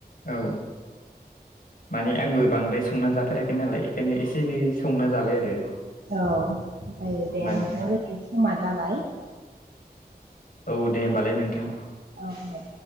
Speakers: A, on the left; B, on the right.
A: औ माने आंबो बांद्राय संना जाफेराखै नालाय बेखायनो एसे एनै संना जाबाय आरो
B: औ जायो दे
A: माने
B: नोंथां समा जाबाय
A: औ दे होमबालाय नोंथां
B: औ दे।